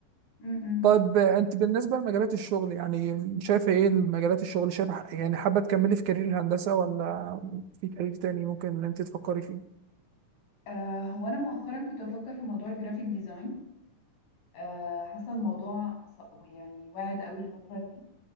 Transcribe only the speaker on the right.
طيب أنت بالنسبة لمجالات الشغل يعني شايفة إيه المجالات الشغل شايفة يعني حابة تكملي في كارير الهندسة ولا في كارير تاني ممكن إن أنت تفكري فيه